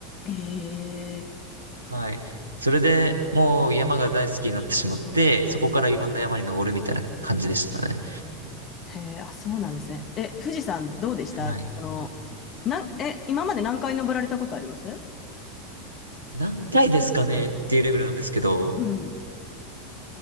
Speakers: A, on the left; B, on the right.
A: えー <laughs> へえ、
B: はい。それでもう山が大好きになってしまって、そこからいろんな山に登るみたいな感じでしたね。
A: へえあ、そうなんですね。え、富士山どうでしたその、
B: はい。
A: なん、え、今まで何回登られたことあります
B: 何回ですかねっていうレベルなんですけど、
A: うん。